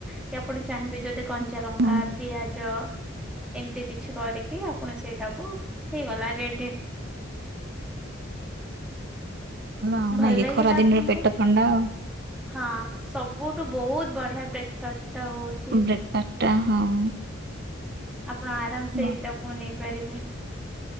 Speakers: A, in the centre; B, on the right (about 55°).
A: କି ଆପଣ ଚାହିଁବେ ଯଦି କଞ୍ଚା ଲଙ୍କା
B: ହଁ
A: ପିଆଜ ଏମିତି କିଛି କରିକି ଆପଣ ସେଇଟାକୁ ହେଇଗଲା ରେଡି
B: ଆଉ
A: ଭଲ
B: ନାଇଁ କି
A: ଲାଗିଲା
B: ଖରା ଦିନରେ
A: ଆପଣଙ୍କୁ?
B: ପେଟ ଥଣ୍ଡା ଆଉ
A: ହଁ ସବୁ ଠୁ ବହୁତ ବଢିଆ ବ୍ରେକଫାଷ୍ଟ ଟା ହଉଛି
B: ବ୍ରେକଫାଷ୍ଟ ଟା ହଁ।
A: ଆପଣ ଆରାମ ସେ
B: ଭଲ।
A: ଏଇଟାକୁ ନେଇପାରିବେ।